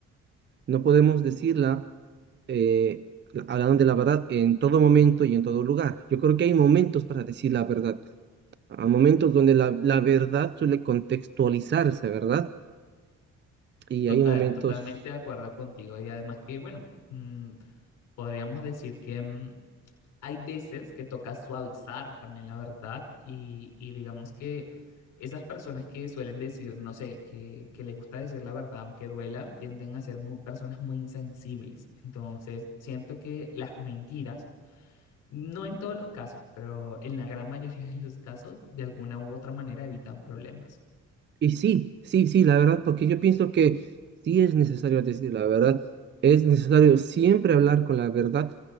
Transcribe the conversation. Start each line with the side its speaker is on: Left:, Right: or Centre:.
Right: no podemos decirla, eh, la- hablando de la verdad, en todo momento y en todo lugar. Yo creo que hay momentos para decir la verdad, a momentos donde la, la verdad suele contextualizarse, ¿verdad? Y
Left: Total,
Right: hay momentos,
Left: totalmente de acuerdo contigo. Y además que, bueno, mm, podríamos decir que mm, hay veces que toca suavizar también la verdad y, y digamos que esas personas que suelen decir, no sé, que, que les gusta decir la verdad aunque duelan, tienden a ser muy, personas muy insensibles. Entonces, siento que las mentiras, no en todos los casos, pero en la gran mayoría de los casos, de alguna u otra manera evitan problemas.
Right: y sí, sí, sí, la verdad, porque yo pienso que sí es necesario decir la verdad, es necesario siempre hablar con la verdad